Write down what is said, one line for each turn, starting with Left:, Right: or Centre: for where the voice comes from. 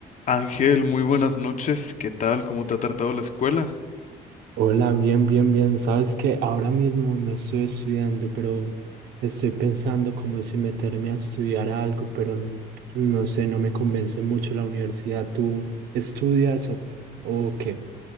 Left: Ángel, muy buenas noches. ¿Qué tal? ¿Cómo te ha tratado la escuela?
Right: Hola, bien, bien, bien. Sabes que ahora mismo no estoy estudiando, pero estoy pensando como si meterme a estudiar algo, pero n- no sé, no me convence mucho la universidad. ¿Tú estudias o, o qué?